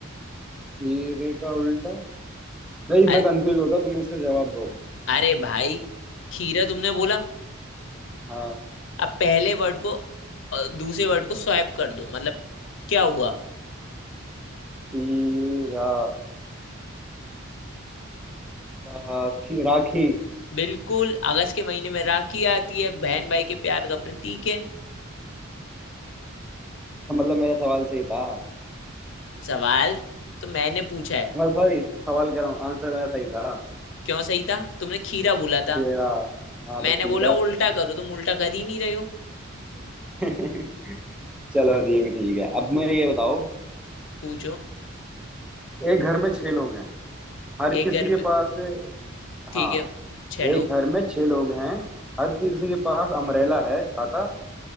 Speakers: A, in the centre; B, on the left.
A: हीरे का उल्टा नहीं
B: अरे
A: मैं कंफ्यूज हो गया तुम इसका जवाब दो
B: अरे भाई खीरा तुमने बोला
A: हाँ
B: अब पहले वर्ड को अ, दूसरे वर्ड को स्वैप कर दो मतलब क्या हुआ
A: खीरा आ, खी- राखी
B: बिल्कुल अगस्त के महीने में राखी आती है बहन भाई के प्यार का प्रतीक है
A: तो मतलब मेरा सवाल सही था
B: सवाल तो मैंने पूछा है
A: मैं सॉरी सवाल कह रहा हूँ आंसर मेरा सही था
B: क्यों सही था तुमने खीरा बोला था
A: खीरा हाँ तो
B: मैंने
A: खीरा
B: बोला उल्टा करो तुम उल्टा कर ही नहीं रहे हो
A: <laughs> चलो ये भी ठीक है अब मुझे ये बताओ
B: पूछो
A: एक घर में छह लोग हैं हर
B: एक
A: किसी
B: घर
A: के
B: में
A: पास
B: ठीक
A: हाँ
B: है छह लोग
A: एक घर में छह लोग हैं हर किसी के पास अमरेला है छाता